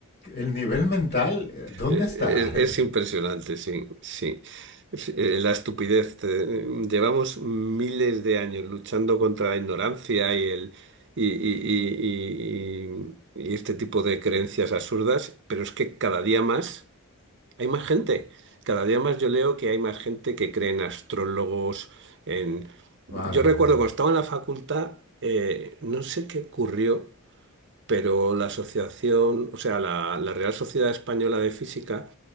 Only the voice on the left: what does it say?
el nivel mental, eh, ¿dónde
está? <laughs>
Madre
mía.